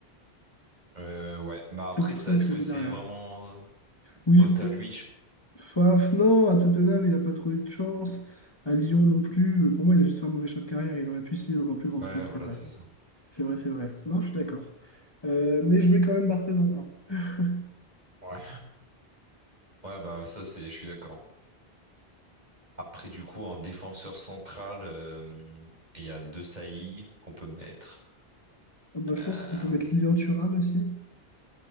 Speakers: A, on the right; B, on the left.
A: Euh, ouais, bah après
B: C'est pour
A: ça,
B: ça
A: est-ce
B: que je le
A: que
B: mets
A: c'est
B: derrière.
A: vraiment euh,
B: Oui,
A: faute
B: peu-
A: à lui? Je-
B: Faf, non, à Tottenham, il n'a pas trop eu de chance. À Lyon non plus. Euh, Pour moi, il a juste fait un mauvais choix de carrière. Il aurait pu signer dans un plus grand
A: Ouais,
B: club,
A: voilà,
B: c'est vrai.
A: c'est ça.
B: C'est vrai, c'est vrai. Non, je suis d'accord. Euh, mais je mets quand même Barthez en 1.
A: Ouais. Ouais, bah ça, c'est, je suis d'accord. Après, du coup, en défenseur central, euh, il y a deux saillies qu'on peut mettre.
B: Ah, bah, je
A: Euh,
B: pense qu'on peut mettre Lilian Thuram aussi.